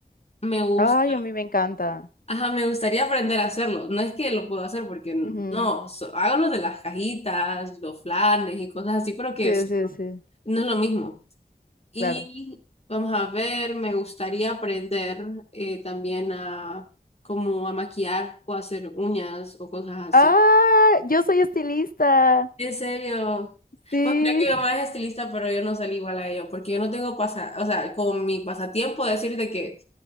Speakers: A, on the left; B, on the left.
A: me gusta.
B: Ay, a mí me encanta.
A: Ajá, me gustaría aprender a hacerlo. No es que lo puedo hacer porque n-
B: Ujú,
A: no, so- hago los de las cajitas, los flanes y cosas así, pero que
B: Sí,
A: es-
B: sí, sí,
A: no es lo mismo. Y
B: claro.
A: vamos a ver, me gustaría aprender eh, también a como a maquillar o hacer uñas o cosas así.
B: Ah, yo soy estilista.
A: En serio.
B: Sí.
A: Pues mira que mi mamá es estilista, pero yo no salí igual a ella, porque yo no tengo pasa, o sea, como mi pasatiempo decir de que,